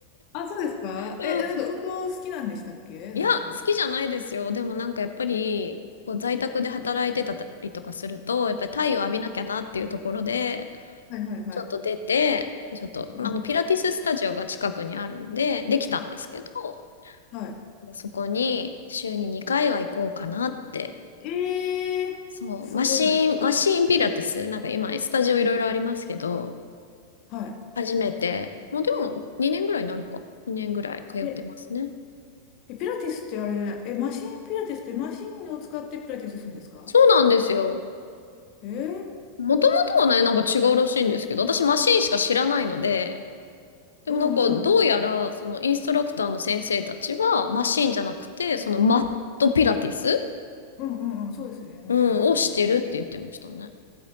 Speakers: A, on the left; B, on the left.
A: あ、そうですかえ、
B: <laughs>
A: なんか運動好きなんでしたっけなんか。
B: うん。いや、好きじゃないですよ。でもなんかやっぱり、こう在宅で働いてたりとかすると、やっぱり太陽浴びなきゃなっていうところで、
A: うんはいはいはい。
B: ちょっと出て、ちょっと、
A: うん。
B: あの、ピラティススタジオが近くにあるんで、できたんですけど、
A: はい。
B: まあそこに週に2回は行こうかなって。
A: えー、
B: そう、
A: すごい。
B: マシーン、マシーンピラティス、なんか今、スタジオいろいろありますけど、
A: はい。
B: 初めて、もうでも2年ぐらいになるか。2年ぐらい通ってますね。
A: え、えピラティスってあれじゃない、え、マシンピラティスってマシンを使ってピラティスするんですか
B: そうなんですよ。
A: えー、
B: もともとはね、なんか違うらしいんですけど、私マシンしか知らないので、でもなんかどうやら、
A: うんうん。
B: そのインストラクターの先生たちは、マシンじゃなくて、そのマットピラティス
A: うんうんうん、そうですね。うんうんうん。
B: うん、をしてるって言ってましたね。